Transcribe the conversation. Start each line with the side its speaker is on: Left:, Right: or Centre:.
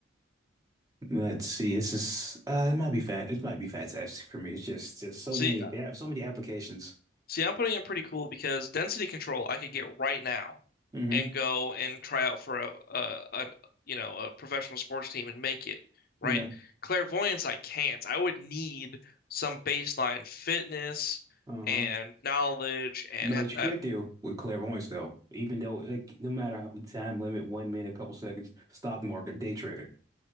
Right: Let's see. This is uh, it might be fat. It might be fantastic for me. It's just just so
Left: See,
Right: many. They have so many applications.
Left: See, I'm putting in pretty cool because density control I could get right now
Right: hmm
Left: and go and try out for a, a, a you know a professional sports team and make it, right?
Right: Yeah.
Left: Clairvoyance I can't. I would need some baseline fitness
Right: Uh-huh.
Left: and knowledge and
Right: Know
Left: ha
Right: what you
Left: that,
Right: could do with clairvoyance, though, even though like no matter how time limit, one minute, couple seconds, stock market, day trader,